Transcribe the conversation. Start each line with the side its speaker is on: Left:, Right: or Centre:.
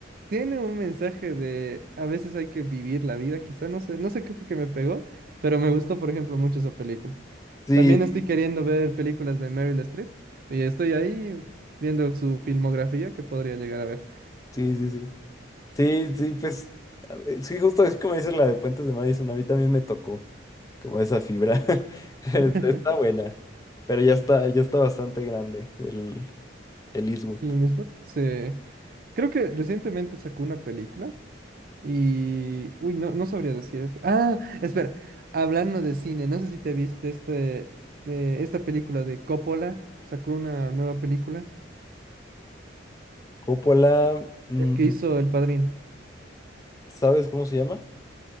Right: tiene un mensaje de a veces hay que vivir la vida, quizá no sé, no sé qué fue que me pegó, pero me gustó, por ejemplo, mucho esa película.
Left: Sí,
Right: También estoy queriendo ver películas de Meryl Streep y estoy ahí viendo su filmografía que podría llegar a ver.
Left: sí, sí, sí. Sí, sí, pues, a ver, sí, justo así como dices la de Puentes de Madison, a mí también me tocó como esa fibra. <laughs> Está
Right: <laughs>
Left: está buena, pero ya está, ya está bastante grande el, el Eastwood.
Right: Clint Eastwood, sí. Creo que recientemente sacó una película. Y, uy, no, no sabría decirte. Ah, espera, hablando de cine, no sé si te viste este, de esta película de Coppola, sacó una nueva película,
Left: Coppola, mm,
Right: el que hizo El Padrino.
Left: ¿sabes cómo se llama?